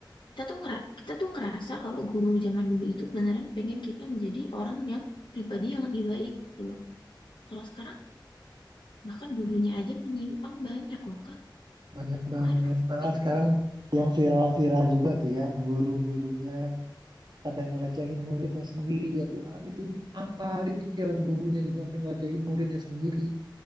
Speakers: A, on the left (about 80°); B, on the right (about 60°).
A: kita tuh ngera kita tuh ngerasa kalau guru zaman dulu itu beneran pengen kita menjadi orang yang pribadi yang lebih baik gitu loh. Kalau sekarang bahkan gurunya aja menyimpang banyak loh Kak.
B: Banyak banget.
A: Aduh.
B: Malah
A: <laughs>
B: sekarang yang viral-viral juga tuh ya. Guru-gurunya pada ngelecehin muridnya sendiri. Ya Tuhan, itu apa di pikiran gurunya gitu. Sampai ngelecehin muridnya sendiri.